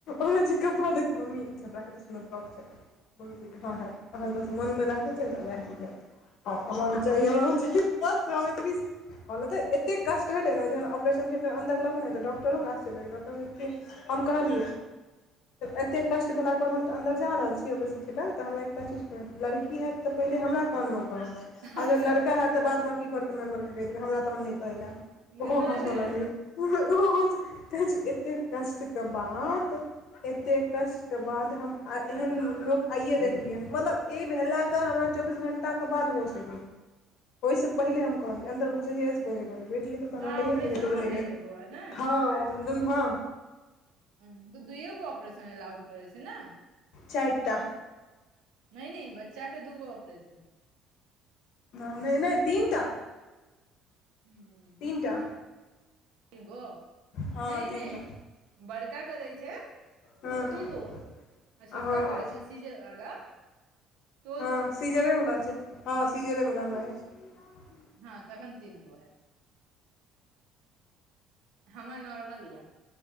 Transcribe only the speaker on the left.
ओइमे जे कपड़ो‌ देखी मम्मी ई कपड़ा कतेक सुंदर फ्रॉक छै। बस मनमे रखने छियनि तऽ वैएह हैत। नहि हमरा आओर बस हम एतनीसँ कहलहुँ तऽ एते कष्ट भेलै ने जहन आपरेशन थिएटर अन्दर लग गेलय ने डॉक्टरो के आश्चर्य लगय डाक्टर कहय कि हम कहलियै एते कष्ट भेलाक के बाद हम त अन्दर जा रहल छीयै ओपरेशन थिएटर तऽ हमरा एकटा चीज तऽ लड़की हैत तऽ पहिले हमरा कानमे कहब। औ अगर
लड़का हयैत तऽ बाद बाकी घरके मेंबरके कहि देबै हमरा तहन नहि कहय लेल आयब
ओहो हँसऽ लगलै। ओ हो ओ हो कहै छै एते कष्ट के बाद एते कष्ट के बाद हम आ एहन लोक आइए देखलियनि मतलब ई भेलाके हमरा चौबीस घण्टा तकर बाद होस एलै। ओहिसँ पहिले हम कहलियै अन्दर घुसैेये से पहले हम कहलियै बेटी हेतो तऽ
हमरा कहियें
नहि हेतौ
त नहि
कहियें
चारिटा
नाम नए नए तीनटा
तीनटा
हँ
तीनटा
हँ
हँ
ह सीजरे बला छै हँ सीजरे। बला हमराअछि